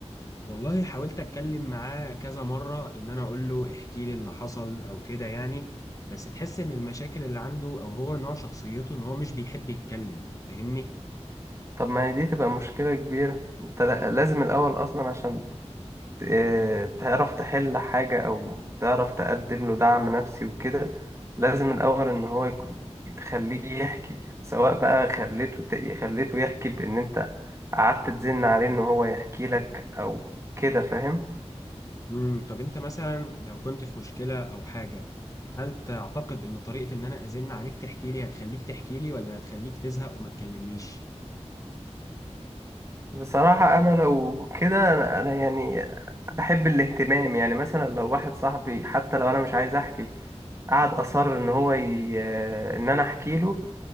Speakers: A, on the left; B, on the right.
A: والله حاولت اتكلم معاه كذا مره ان انا اقول له احكي لي اللي حصل او كده يعني بس تحس ان المشاكل اللي عنده او هو نوع شخصيته ان هو مش بيحب يتكلم فاهمني
B: طب ما هي دي تبقى مشكلة كبيرة انت لا- لازم الاول اصلا عشان ت- اه، تعرف تحل حاجة او تعرف تقدم له دعم نفسي وكده لازم الاول ان هو يكون- تخليه يحكي سواء بقى خليته ت- خليته يحكي بان انت قعدت تزن عليه ان هو يحكي لك او كده فاهم
A: امم طب انت مثلا لو كنت في مشكله او حاجه هل تعتقد ان طريقه ان انا ازن عليك تحكي لي هتخليك تحكي لي ولا هتخليك تزهق وما تكلمنيش
B: بصراحة انا لو كده انا أنا يعني بحب الاهتمام يعني مثلا لو واحد صاحبي حتى لو انا مش عايز احكي قعد اصر ان هو ي... آه، ان انا احكي له